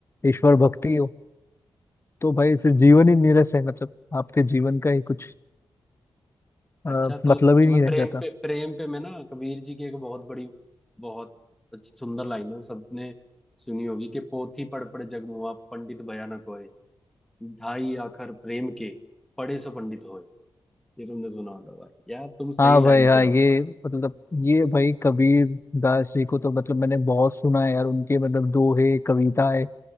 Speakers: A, on the left (about 30°); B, in the centre.
A: ईश्वर भक्ति हो तो भाई फिर जीवन ही नीरस है मतलब आपके जीवन का ही कुछ
B: अच्छा
A: अ,
B: तो
A: मतलब
B: तो
A: ही नहीं
B: मैं
A: रह
B: प्रेम
A: जाता
B: पे प्रेम पे मैं ना कबीर जी की एक बहुत बड़ी बहुत अच्छी सुंदर लाइन है वो सबने सुनी होगी कि पोथी पढ़ पढ़ जग मुआ पंडित भयानक होए ढाई आखर प्रेम के पढ़े सो पंडित होए ये तुमने सुना होगा भाई यार तुम सही
A: हाँ
B: लाइन
A: भाई हाँ
B: पे हो
A: ये मतलब ये भाई कबीर दास जी को तो मतलब मैंने बहुत सुना है यार उनके मतलब दोहे कविताएं